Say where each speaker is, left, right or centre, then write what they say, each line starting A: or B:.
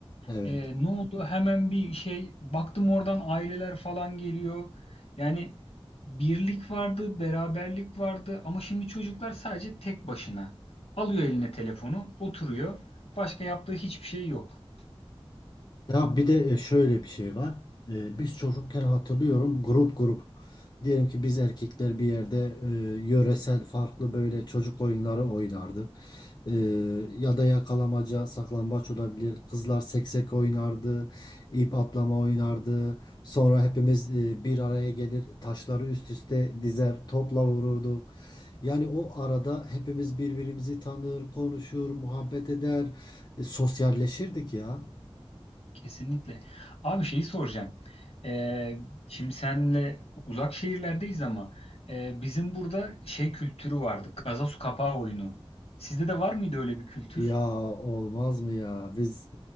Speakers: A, on the left (about 45°); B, on the left (about 80°).
A: Evet.
B: E, ne oldu? Hemen bir şey baktım oradan aileler falan geliyor. Yani birlik vardı, beraberlik vardı ama şimdi çocuklar sadece tek başına. Alıyor eline telefonu, oturuyor. Başka yaptığı hiçbir şey yok.
A: Ya bir de e, şöyle bir şey var. Ee, Biz çocukken hatırlıyorum grup grup. Diyelim ki biz erkekler bir yerde e, yöresel farklı böyle çocuk oyunları oynardık. Ee, ya da yakalamaca, saklambaç olabilir. Kızlar seksek oynardı, ip atlama oynardı. Sonra hepimiz e, bir araya gelir, taşları üst üste dizer, topla vururduk. Yani o arada hepimiz birbirimizi tanır, konuşur, muhabbet eder, e, sosyalleşirdik ya.
B: Kesinlikle. Abi şeyi soracağım. E, şimdi senle uzak şehirlerdeyiz ama e, bizim burada şey kültürü vardı. Gazoz kapağı oyunu. Sizde de var mıydı öyle bir kültür?
A: Ya olmaz mı ya? Biz